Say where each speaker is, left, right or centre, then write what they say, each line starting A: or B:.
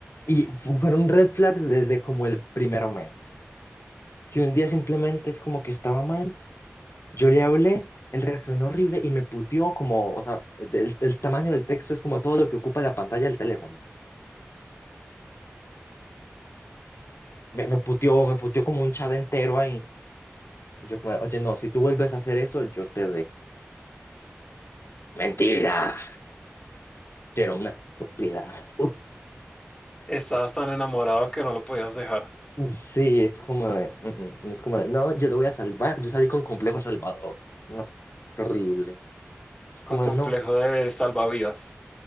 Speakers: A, on the left (about 65°); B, on the left (about 15°).
A: Y fu- fueron red flags desde como el primer mes, que un día simplemente es como que estaba mal, yo le hablé, él reaccionó horrible y me puteó como, o sea, el, el tamaño del texto es como todo lo que ocupa la pantalla del teléfono. Me, me puteó, me puteó como un chat entero ahí. Yo como, oye, no, si tú vuelves a hacer eso, yo te de Mentira, quiero una estúpida. <laughs>
B: Estabas tan enamorado que no lo podías dejar,
A: Sí, es como de, "Mm, mm", no es como de, no, yo lo voy a salvar, yo salí con complejo salvador. No, qué horrible. Es como
B: con complejo
A: de, no.
B: de salvavidas.